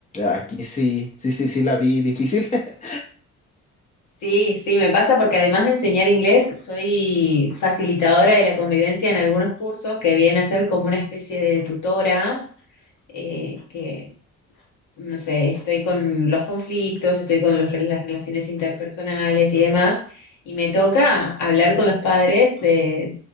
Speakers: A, on the left; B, on the left.
A: aquí sí, sí, sí, sí la vi difícil? <laughs>
B: Sí, sí, me pasa porque además de enseñar inglés, soy facilitadora de la convivencia en algunos cursos que viene a ser como una especie de tutora, eh, que, no sé, estoy con los conflictos, estoy con los- las relaciones interpersonales y demás, y me toca hablar con los padres de,